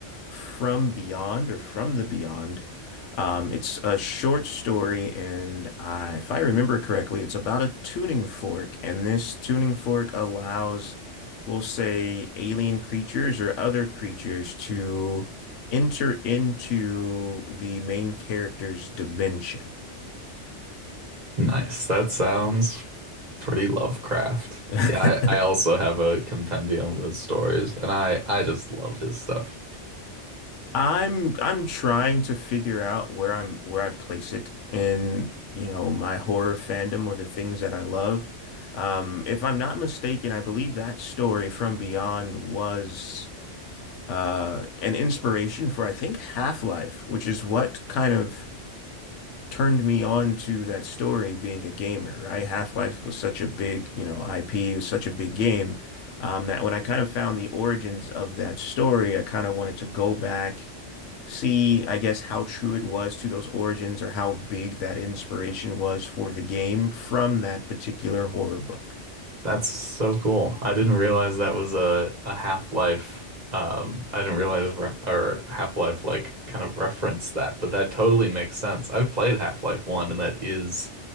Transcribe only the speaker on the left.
From Beyond or From the Beyond. Um, it's a short story, and I, if I remember correctly, it's about a tuning fork, and this tuning fork allows, we'll say, alien creatures or other creatures to enter into the main character's dimension.
<laughs>
I'm I'm trying to figure out where I'm where I place it in, you know, my horror fandom or the things that I love. Um, if I'm not mistaken, I believe that story from Beyond was uh, an inspiration for I think Half-Life, which is what kind of turned me on to that story being a gamer, right? Half-Life was such a big, you know, IP, it was such a big game, um, that when I kind of found the origins of that story, I kind of wanted to go back, see, I guess, how true it was to those origins or how big that inspiration was for the game from that particular horror book.